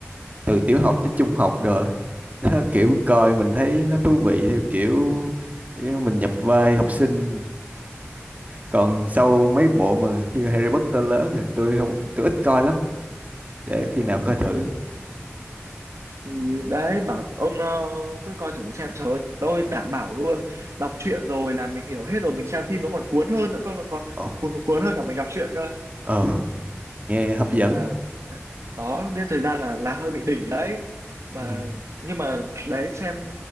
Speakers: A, on the right (about 30°); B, on the right (about 80°).
A: từ tiểu học tới trung học rồi á. nó kiểu coi mình thấy nó thú vị theo kiểu mình nhập vai học sinh còn sau mấy bộ mà khi Harry Potter lớn thì tôi không tôi ít coi lắm để khi nào coi thử
B: thì đấy bảo ông ờ, cứ coi thử mà xem trời ơi, tôi đảm bảo luôn đọc truyện rồi là mình hiểu hết rồi mình xem phim nó còn cuốn hơn nữa con còn
A: ờ
B: cuốn cuốn hơn cả mình đọc truyện cơ
A: ờ, nghe hấp
B: Ừ,
A: dẫn
B: là đó giết thời gian là là hơi bị đỉnh đấy mà
A: ừ.
B: nhưng mà đấy xem